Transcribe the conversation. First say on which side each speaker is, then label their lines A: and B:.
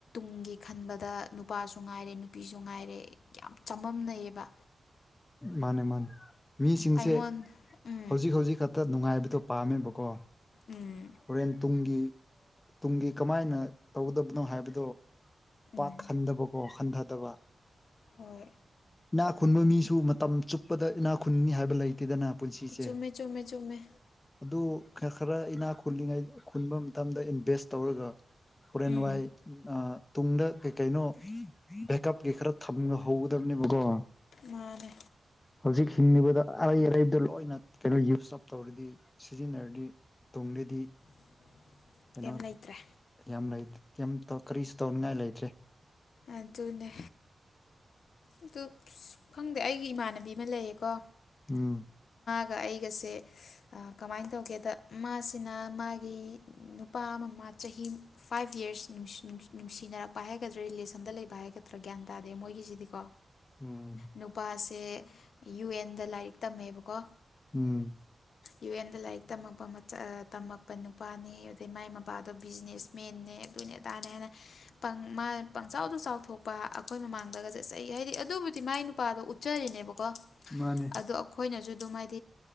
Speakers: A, on the left; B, on the left.
A: ꯨꯡꯒꯤ ꯈꯟꯕꯗ ꯅꯨꯄꯥꯁꯨ ꯉꯥꯏꯔꯦ ꯅꯨꯄꯤꯁꯨ ꯉꯥꯏꯔꯦ ꯌꯥꯝ ꯆꯃꯝꯅꯩꯑꯌꯦꯕ
B: ꯃꯥꯅꯦ ꯃꯥꯅꯦ ꯃꯤꯁꯤꯡꯁꯦ
A: ꯑꯩꯉꯣꯟ ꯎꯝ
B: ꯍꯧꯖꯤꯛ ꯍꯧꯖꯤꯛ ꯈꯛꯇ ꯅꯨꯡꯉꯥꯏꯕꯗꯣ ꯄꯥꯝꯃꯦꯕꯀꯣ
A: ꯎꯝ
B: ꯍꯣꯔꯦꯟ ꯇꯨꯡꯒꯤ ꯇꯨꯡꯒꯤ ꯀꯃꯥꯏꯅ ꯇꯧꯒꯗꯕꯅꯣ ꯍꯥꯏꯕꯗꯣ
A: ꯎꯝ
B: ꯄꯥꯛꯍꯟꯗꯕꯀꯣ ꯈꯟꯊꯗꯕ
A: ꯍꯣꯏ
B: ꯏꯅꯥ ꯈꯨꯟꯕ ꯃꯤꯁꯨ ꯃꯇꯝ ꯆꯨꯞꯄꯗ ꯏꯅꯥ ꯈꯨꯟꯅꯤ ꯍꯥꯏꯕ ꯂꯩꯇꯦꯗꯅ ꯄꯨꯟꯁꯤꯁꯦ
A: ꯆꯨꯝꯃꯦ ꯆꯨꯝꯃꯦ ꯆꯨꯝꯃꯦ
B: ꯑꯗꯨ ꯈ ꯈꯔ ꯏꯅꯥꯛ ꯈꯨꯜꯂꯤꯉꯩ ꯈꯨꯟꯕ ꯃꯇꯝꯗ ꯏꯟꯚꯦꯁ ꯇꯧꯔꯒ ꯍꯣꯔꯦꯟ
A: ꯎꯝ
B: ꯋꯥꯏ ꯇꯨꯡꯗ ꯀꯩ ꯀꯩꯅꯣ ꯕꯦꯛꯑꯞ ꯀꯩ ꯈꯔ ꯊꯍꯧꯗꯕ ꯕꯣ
A: ꯃꯥꯅꯦ
B: ꯍꯧꯖꯤꯛ ꯊꯤꯡꯉꯤꯕꯗ ꯑꯔꯩ ꯑꯔꯩꯕꯗꯣ ꯂꯣꯏꯅ ꯀꯩꯅꯣ ꯌꯨꯁ ꯑꯞ ꯇꯧꯔꯗꯤ ꯁꯤꯖꯤꯟꯅꯔꯗꯤ ꯇꯨꯡꯗꯗꯤ
A: <unintelligible>
B: ꯀꯩꯅꯣ
A: ꯂꯩꯇ꯭ꯔꯦ
B: ꯌꯥꯝ ꯂꯩ ꯀꯇꯧ ꯀꯔꯤꯁꯨ ꯇꯧꯅꯤꯡꯉꯥꯏ ꯂꯩꯇ꯭ꯔꯦ
A: ꯑꯗꯨꯅꯦ ꯑꯗꯨ ꯈꯪꯗꯦ ꯑꯩꯒꯤ ꯏꯃꯥꯟꯅꯕꯤ ꯑꯃ ꯂꯩꯌꯦꯀꯣ
B: ꯎꯝ
A: ꯑꯗꯨꯒ ꯑꯩꯒꯁꯦ ꯀꯃꯥꯏꯅ ꯇꯧꯒꯦꯗ ꯃꯥꯁꯤꯅ ꯃꯥꯒꯤ ꯅꯨꯄꯥ ꯃꯃꯥ ꯆꯍꯤ ꯐꯥꯏꯚ ꯌꯔꯁ ꯅꯨꯡꯁꯤꯅꯔꯛꯄ ꯍꯥꯏꯒꯗ꯭ꯔꯥ ꯔꯤꯂꯦꯁꯟꯗ ꯂꯩꯕ ꯍꯥꯏꯒꯗ꯭ꯔꯥ ꯑꯒ꯭ꯌꯥꯟ ꯇꯥꯗꯦ ꯃꯒꯤꯁꯤꯗꯤꯀꯣ
B: ꯎꯝ
A: ꯅꯨꯄꯥꯁꯦ ꯌꯨ ꯑꯦꯟꯗ ꯂꯥꯏꯔꯤꯛ ꯇꯝꯃꯦꯕꯀꯣ
B: ꯎꯝ
A: ꯌꯨ ꯑꯦꯟꯗ ꯂꯥꯏꯔꯤꯛ ꯇꯝꯃꯛꯄ ꯃ ꯇꯝꯃꯛꯄ ꯅꯨꯄꯥꯅꯤ ꯑꯗꯩ ꯃꯥꯏ ꯃꯕꯥꯗꯣ ꯕꯤꯖꯤꯅꯦꯁ ꯃꯦꯟꯅꯦ ꯑꯗꯨꯣꯏꯅꯦ ꯇꯅꯦ ꯍꯥꯏꯅ ꯄ ꯃꯥ ꯄꯪꯆꯥꯎꯗ ꯆꯥꯎꯊꯣꯛꯄ ꯑꯩꯈꯣꯏ ꯃꯃꯥꯡꯗꯒꯁꯦ ꯆꯩ ꯍꯥꯏꯗꯤ ꯑꯗꯨꯕꯨꯗꯤ ꯃꯥꯏ ꯅꯨꯄꯥꯗꯣ ꯎꯠꯆꯔꯤꯅꯦꯕꯀꯣ
B: ꯃꯥꯅꯦ
A: ꯑꯗꯣ ꯑꯩꯈꯣꯏꯅꯁꯨ ꯑꯗꯨꯝ ꯍꯥꯏꯗꯤ